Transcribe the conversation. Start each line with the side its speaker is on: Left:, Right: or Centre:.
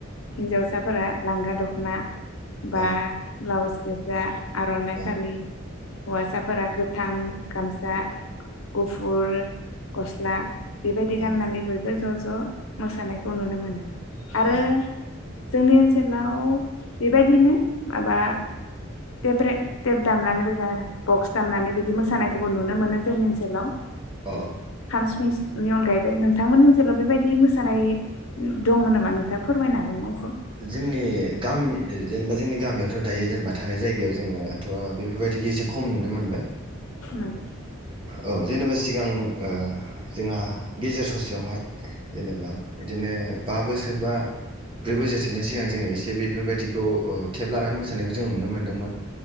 Left: हिन्जावसाफोरा लांगा दख'ना बा
Right: औ
Left: ब्लाउस गोजा आर'नाय
Right: औ
Left: फालि हासाफोरा गोब थां गामसा गुफुर गस्ला बेबायदि
Right: औ
Left: गाननानै बयबो ज'ज ज' मोसानायखौ नुनो मोनो आरो
Right: औ
Left: जोंनि ओनसोलाव बेबायदिनो माबा तेब्रे तेब दामनानै बोजा बक्स दामनानै बिदि मोसानायखौबो नुनो मोनो जोंनि ओनसोलाव
Right: अह
Left: सिफुंसनि अनगायैबो नोंथांमोननि ओनसोलाव बेबायदि मोसानाय दङ नामा? नोंथाङा फोरमायनो हागोन ना एसे?
Right: जोंनि गामि जेनेबा जोंनि गामियावथ' दायो जेनेबा थानाय जायगायाव जोङोथ' बेफोर बायदिखि एसे खम नुनो मोनबाय।
Left: नोंगौ
Right: औ जेनेबा सिगां ओ जोंहा गेजेर ससेयावहाय जेनेबा इदिनो बा बोसोर बा ब्रै बोसोरसोनि सिगां जोङो एसे बेफोरबायदिखौ ओ टेप लानानै मोसानायखौ जों नुनो मोनदोंमोन